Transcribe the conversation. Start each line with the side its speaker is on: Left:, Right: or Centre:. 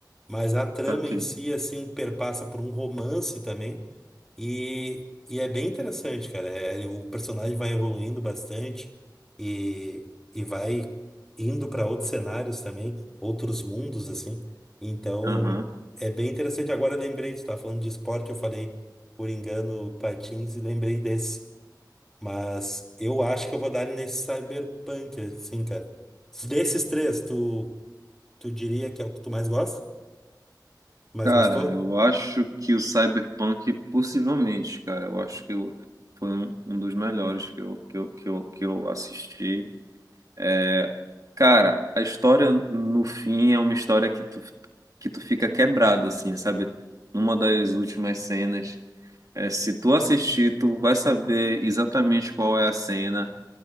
Centre: Mas a trama
Right: saquei.
Centre: em si, assim, perpassa por um romance também. E, e é bem interessante, cara. É, o personagem vai evoluindo bastante e, e vai indo para outros cenários também, outros mundos, assim. Então,
Right: Aham.
Centre: é bem interessante. Agora eu lembrei, tu estava falando de esporte, eu falei, por engano, patins e lembrei desse. Mas eu acho que eu vou dar ele nesse Cyberpunk, assim, cara. Desses três, tu, tu diria que é o que tu mais gosta?
Right: Cara,
Centre: Mais gostou?
Right: eu acho que o Cyberpunk, possivelmente, cara, eu acho que eu- foi um, um dos melhores que eu, que eu, que eu, que eu assisti. É, cara, a história no fim é uma história que tu, que tu fica quebrado, assim, sabe? Numa das últimas cenas. É, se tu assistir, tu vai saber exatamente qual é a cena